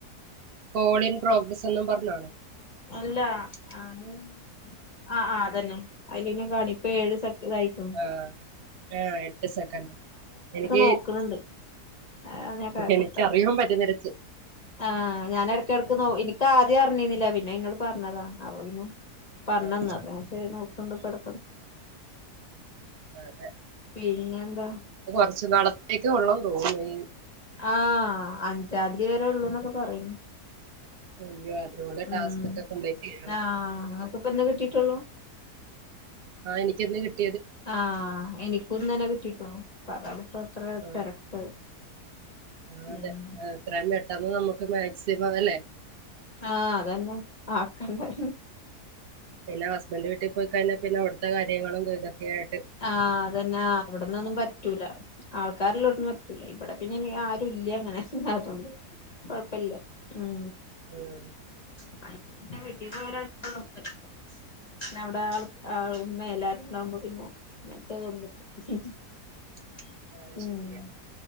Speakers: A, on the right (about 55°); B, on the left (about 65°).
A: കോൾ ഇൻ പ്രോഗ്രസ് എന്നും പറഞ്ഞാണോ
B: അല്ല അത് ആഹ് ആഹ് അതന്നെ അയില് പിന്നെ കാണിക് പേര് സക്സസ് ആയിക്കും
A: ആഹ് ആഹ് എട്ട് സെക്കൻഡ് എനിക്ക്
B: നോക്ക്ണ് ണ്ട് അതാണ് ഞാൻ കട്ടാവും
A: എനിക്കറിയാൻ പറ്റും നിരച്ച്
B: ആഹ് ഞാനെടക്കെടക്ക് നോ എനിക്ക് ആ ദ്യം അറിഞ്ഞിരുന്നില്ല പിന്ന ഇന്നോട് പറഞ്ഞതാ അപ്പ പിന്നെ പറഞ്ഞന്ന്
A: ആഹ്
B: അപ്പ നോക്കണ്ട് ഇടക്കിടക്ക്
A: അതെ
B: പിന്നെ എന്താ
A: ഇത് കൊറച്ചുനാളത്തേക്കെ ഒള്ളെന്ന് തോന്നുന്നു ഇത്
B: ആഹ് അഞ്ചാംതീയതി വരെ ഉള്ളൂ എന്നൊക്കെ പറയുന്നു
A: അയ്യോ അതിനുള്ള
B: ഉം
A: ടാസ്ക് ഒക്കെ കംപ്ലീറ്റ് ചെയ്യണം
B: ആഹ് ഇങ്ങക്കിപ്പ എന്താ കിട്ടിട്ടുള്ളൂ
A: ആഹ് എനിക്കിന്ന് കി
B: ആഹ് എനിക്കുന്നലെ കിട്ടിട്ടുള്ളു പ്പ അതാടിപ്പ ഇത്ര
A: ആഹ്
B: തിരക്ക്
A: ആഹ് അതെ
B: ഉം
A: എത്രയും പെട്ടെന്ന് നമുക്ക് മാക്സിമം അല്ലേ
B: ആഹ് അതന്നെ ആക്കണ്ടെ
A: പിന്ന ഹസ്ബൻറ് വീട്ടിൽ പോയി കഴിഞ്ഞാ പിന്നെ അവിടുത്തെ കാര്യങ്ങളും <unintelligible> കേട്ട്
B: ആഹ്. അതന്നെ. അവിടന്നൊന്നും പറ്റ് റ്റൂലാ ആൾക്കാര്‌ള്ളട്‌ത്ത് ന്ന് പറ്റൂല്ല ഇവിടെ പിന്നെ ആരുല്ല്യ ഇ അങ്ങനെല്ലാണ്ട് കൊഴപ്പല്ല ഉം
A: ഊം.
B: <inaudible> പിന്നവിടെ അയാ അയാളെ ഉമ്മയെല്ലാവരും ണ്ടാവുമ്പം പിന്ന ങ്ങൻത്തൊതൊന്നും !!!!!
A: അത്
B: ഉം
A: ശരിയാ